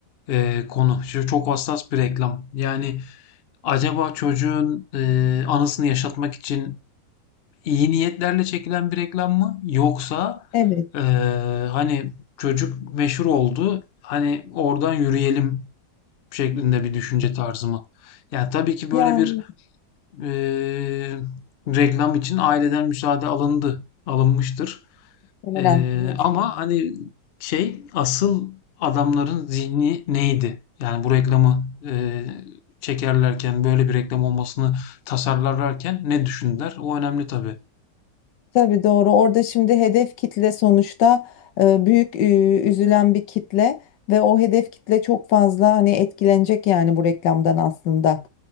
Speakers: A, on the left; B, on the left.
A: e, konu. Şu Çok hassas bir reklam. Yani acaba çocuğun e, anısını yaşatmak için iyi niyetlerle çekilen bir reklam mı? Yoksa
B: Evet
A: eee, hani çocuk meşhur oldu, hani oradan yürüyelim şeklinde bir düşünce tarzı mı? Yani tabii ki
B: yani
A: böyle bir eee, reklam için aileden müsaade alındı, alınmıştır.
B: muhtemelen
A: Eee,
B: diye düşünüyorum.
A: ama hani şey asıl adamların zihni neydi? Yani bu reklamı eee, çekerlerken böyle bir reklam olmasını tasarlarlarken ne düşündüler? O önemli tabii.
B: Tabii doğru. Orada şimdi hedef kitle sonuçta e, büyük e, üzülen bir kitle ve o hedef kitle çok fazla hani etkilenecek yani bu reklamdan aslında.